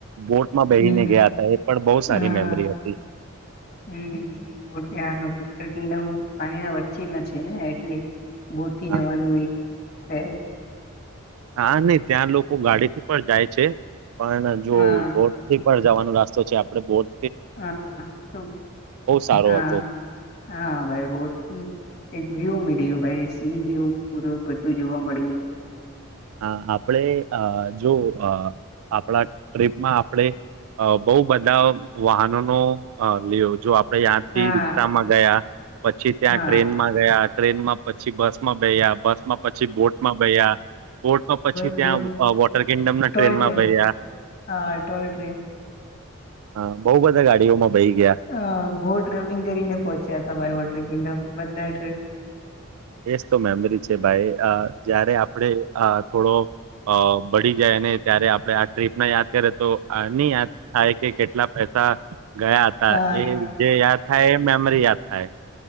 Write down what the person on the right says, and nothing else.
બોટમાં બેહીને
ગયા હતા એ પણ બહુ
સારી મેમરી હતી
હા
હા નહ ત્યાં લોકો ગાડી થી પણ જાય છે. પણ
જો ભૌધિક જવાનો રસ્તો છે આપડણે બોટ
સારો હતો
હ આપણે અ જો આપણા ટ્રીપમાં આપડણે બહુ બધા વાહનોનો લી જો આપડે યાંથી
રિક્ષામાં ગયા પછી ત્યાં
ટ્રેન માં ગયા. ટ્રેન માં પછી બસ માં બેયા બસ માં પછી બોટમાં ગયા. બોર્ટમાં પછી
ત્યાં
વોટર કિંગડમના ટ્રેનમાં
બે્યા
હા બઉુ બધા ગાડીઓમાં બેહી ગયા
એજ તો મેમરી છે ભાઈ જયારે આપણે થોડો અ બળી જાય અને ત્યારે આપણે આ ટ્રીપ ના યાદ કરીએ તો આ ની યાદ થાય કે કેટલા પૈસા ગયા હતા
એ જે યાદ થાય એ મેમરી યાદ થાય.